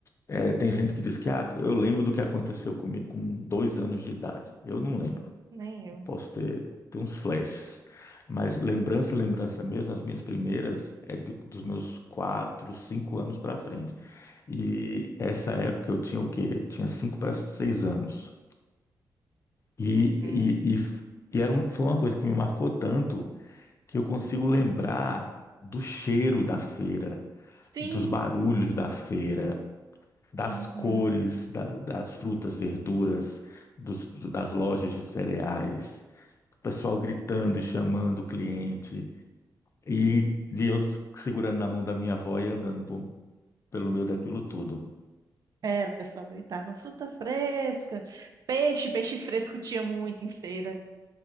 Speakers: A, on the left; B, on the right.
A: é, tem gente que diz que ah, eu lembro do que aconteceu comigo com dois anos de idade. Eu não lembro.
B: Nem eu.
A: posso ter, ter uns flashes. Mas lembrança, lembrança mesmo, as minhas primeiras é de- dos meus quatro, cinco anos para frente. E essa época eu tinha o quê? Tinha cinco para seis anos. E,
B: Uhum.
A: e, e, f- e era um- foi uma coisa que me marcou tanto que eu consigo lembrar do cheiro da feira,
B: Sim!
A: dos barulhos da feira, das
B: Uhum.
A: cores da- das frutas, verduras, dos- das lojas de cereais, o pessoal gritando e chamando o cliente, e, e eu segurando na mão da minha avó e andando por- pelo meio daquilo tudo.
B: Era, o pessoal gritava, fruta fresca, peixe, peixe fresco tinha muito em feira.